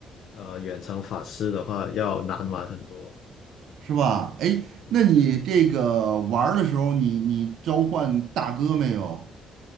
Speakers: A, on the left; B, on the right.
A: 呃远程法师的话要难玩很多。
B: 是吧？哎，
A: 嗯
B: 那你这个玩儿的时候你，你召唤大哥没有？